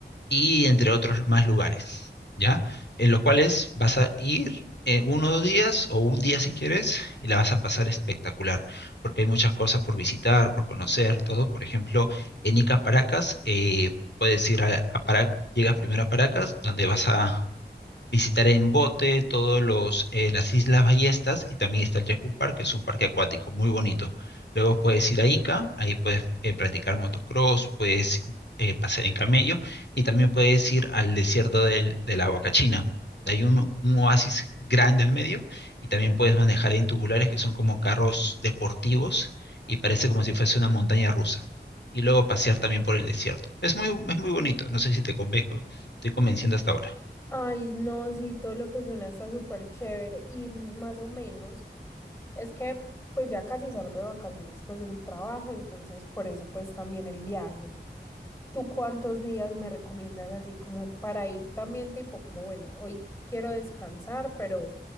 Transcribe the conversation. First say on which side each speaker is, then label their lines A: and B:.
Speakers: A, on the left (about 70°); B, on the left (about 15°).
A: y entre otros más lugares, ¿ya? En los cuales vas a ir eh, uno o dos días o un día si quieres y la vas a pasar espectacular, porque hay muchas cosas por visitar, por conocer, todo. Por ejemplo, en Ica Paracas, eh, puedes ir a, a Para- llegas primero a Paracas, donde vas a, Visitaré en bote todos los eh, las Islas Ballestas y también está el Yaku Park, que es un parque acuático muy bonito. Luego puedes ir a Ica, ahí puedes eh, practicar motocross, puedes eh, pasear en camello y también puedes ir al desierto del, de la Huacachina. Hay un, un oasis grande al medio y también puedes manejar en tubulares que son como carros deportivos y parece como si fuese una montaña rusa. Y luego pasear también por el desierto. Es muy, es muy bonito, no sé si te convenzo, estoy convenciendo hasta ahora.
B: Ay, no, sí, todo lo que suena está súper chévere y mm, más o menos es que pues ya casi salgo de vacaciones pues del trabajo, entonces por eso pues también el viaje. ¿Tú cuántos días me recomiendas así como para ir también tipo como bueno, hoy quiero descansar, pero